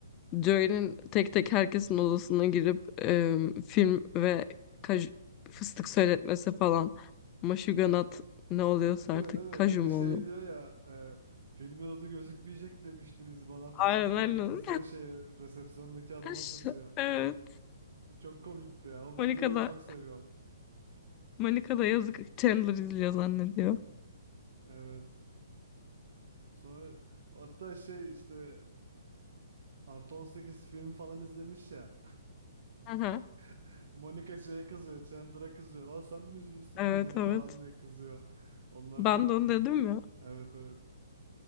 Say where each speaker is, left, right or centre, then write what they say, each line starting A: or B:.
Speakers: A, on the left (about 30°); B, on the right (about 60°).
A: Joel'in tek tek herkesin odasına girip e, film ve kaj- fıstık söyletmesi falan. Maşuganat ne oluyorsa
B: Değil
A: artık
B: mi değil mi?
A: kaju
B: Bir de
A: mu
B: şey
A: oluyor?
B: diyor ya e, filmin adı gözükmeyecek demiştiniz bana falan
A: Aynen aynen.
B: diyor. Kızıyor şey resepsiyondaki adama
A: <laughs>
B: kızıyor.
A: Evet.
B: Çok komikti ya ama
A: Monica
B: ben Joey'yi
A: da,
B: çok seviyorum.
A: Monica da yazık Chandler izliyor zannediyor.
B: Evet. Sonra hatta şey işte Artı 18 film falan izlemiş ya.
A: Aha.
B: <laughs> Monica şeye kızıyor. Chandler'a kızıyor. Lan sen mi izliyorsun
A: Evet
B: bunları
A: evet.
B: falan diye kızıyor. Onlar
A: Ben
B: çok
A: de
B: komik.
A: onu dedim ya.
B: Evet evet.